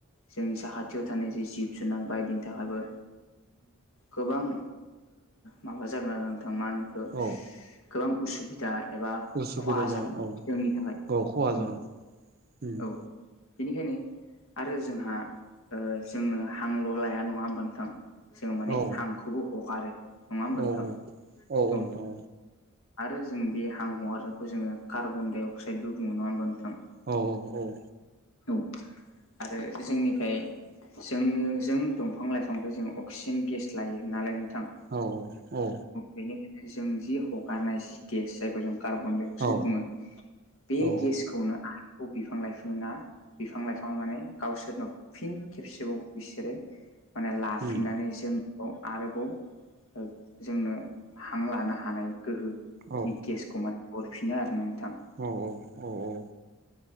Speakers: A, on the left; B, on the right.
A: जोंनि साखाथियाव थानाय जे जिब जुनार बायदिनि थाखायबो गोबां माबा जागोन आरो नोंथांमोनाखौ
B: औ
A: गोबां उसुबिदा दा एबा
B: उसुबिदा
A: खहा जागोन
B: औ
A: जोंनि थाखाय
B: खहा
A: औ
B: जागोन उम
A: औ। बेनिखायनो आरो जोंहा ओ जोंनो हांल' लाया नङा होनबा नोंथां। जोङो माने
B: औ
A: हांखौबो हगारो नङाओम्बा
B: औ
A: नोंथां औ
B: नोंथां
A: आरो जों बे हां हगारनायखौ जोङो कार्बन डाइ अक्साइद बुङो नङा होमबा नोंथां।
B: औ औ औ।
A: औ आरो जोंनिफ्राय जोंनो जों दंफां लाइफांखौ जों अक्सिजेन गेस मिस्लायो नालाय नोंथां।
B: औ औ औ।
A: बेनिखायनो जों जि हगारनाय जि गेस जायखौ जों कार्बन डाइ अक्साइद
B: औ
A: बुङो। बे
B: औ
A: गेसखौनो आरोबाव बिफां लाइफाङा बिफां लाइफाङा माने गावसोरनो फिन खेबसेबाव बिसोरो माने लाफिननानै
B: उम
A: जों। आरोबाव जोंनो हां लानो हानाय गोहोनि
B: औ
A: गेसखौ माने हरफिनो आरो नोंथां।
B: औ औ औ औ।